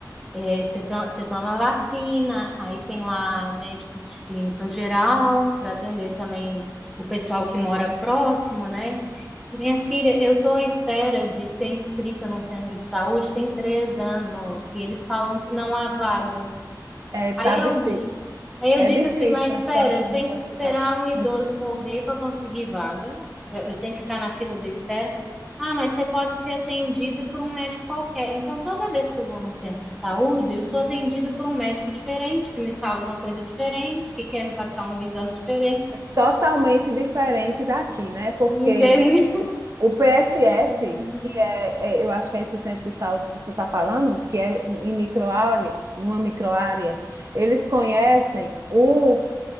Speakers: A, in the centre; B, on the right.
A: É, você, to- você toma vacina, aí tem lá médicos de clínica geral para atender também o pessoal que mora próximo, né? E minha filha, eu estou à espera de ser inscrita num centro de saúde tem três anos e eles falam que não há vagas.
B: É, tá
A: Aí eu,
B: difícil.
A: di- aí eu
B: É
A: disse
B: difícil
A: assim, mas
B: a
A: espera,
B: situação
A: eu
B: nesse
A: tenho
B: hospital.
A: que esperar um idoso
B: Nesse,
A: morrer para conseguir vaga. pra- Eu tenho que ficar na fila da espera. Ah, mas você pode ser atendido por um médico qualquer. Então, toda vez que eu vou num centro de saúde, eu sou atendida por um médico diferente, que me fala uma coisa diferente, que quer me passar um exame diferente.
B: totalmente diferente daqui, né? Porque
A: <laughs> Entende?
B: o o PSF,
A: Uhum.
B: que é, é, eu acho que é esse centro de saúde que você está falando, que é em microárea, numa microárea, eles conhecem o